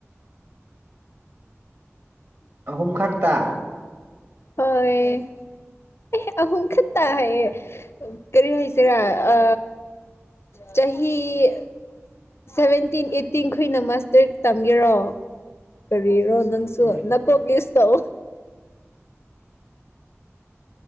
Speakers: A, on the right; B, on the left.
A: ꯑꯍꯨꯝ ꯈꯛꯇ
B: ꯍꯣꯏ ꯑ‌ꯦ ꯑꯍꯨꯝ ꯈꯛꯇ ꯍꯥꯏꯌꯦ ꯀꯔꯤ ꯍꯥꯏꯁꯤꯔꯥ ꯑ ꯆꯍꯤ ꯁꯚꯦꯟꯇꯤꯟ ꯑꯩꯠꯇꯤꯟ ꯈꯣꯏꯅ ꯃꯥꯁꯇꯔ ꯇꯝꯒꯦꯔꯣ ꯀꯔꯤꯔꯣ ꯅꯪꯁꯨ
A: ꯎꯝ
B: ꯅꯛ ꯀꯣ ꯌꯨꯁ ꯇꯧ